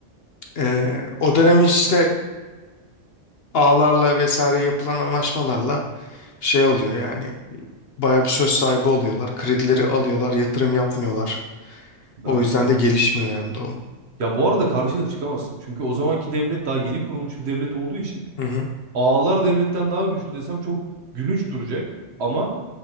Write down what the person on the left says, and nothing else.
e, o dönem işte ağlarla vesaire yapılan anlaşmalarla şey oluyor yani. Baya bir söz sahibi oluyorlar. Kredileri alıyorlar, yatırım yapmıyorlar. O
yüzden
de gelişmiyor yani doğu.
Hı hı.